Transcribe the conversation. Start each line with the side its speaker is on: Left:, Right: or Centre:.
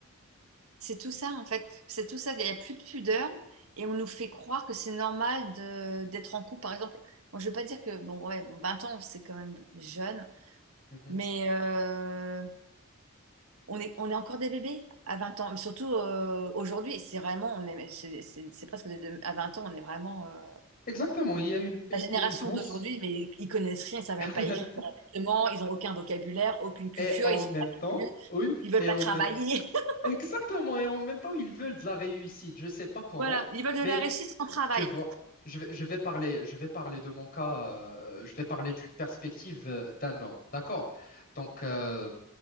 Right: c'est tout ça en fait. C'est tout ça. Il n'y a plus de pudeur et on nous fait croire que c'est normal de d'être en couple. Par exemple, moi je veux pas dire que bon ouais, bon, 20 ans c'est quand même jeune,
Left: Mhm.
Right: mais euh, on est on est encore des bébés à 20 ans. Mais surtout euh, aujourd'hui, c'est vraiment on est c'est c'est- c'est presque des deux- à 20 ans on est vraiment euh,
Left: Exactement. Il y a une, une,
Right: la génération
Left: une grosse...
Right: d'aujourd'hui, mais ils connaissent rien, ils savent
Left: <laughs>
Right: même pas écrire correctement, ils ont aucun vocabulaire, aucune culture,
Left: Et en
Right: ils sont
Left: même
Right: pas
Left: temps,
Right: curieux,
Left: oui,
Right: ils veulent
Left: et
Right: pas
Left: en
Right: travailler.
Left: même...
Right: <laughs>
Left: Exactement. Et en même temps, ils veulent de la réussite. Je ne sais pas comment,
Right: Voilà, ils veulent de
Left: mais...
Right: la réussite sans travail.
Left: Tu vois, je vais, je vais parler, je vais parler de mon cas, euh, je vais parler d'une perspective euh, d'un homme, d'accord? Donc, euh,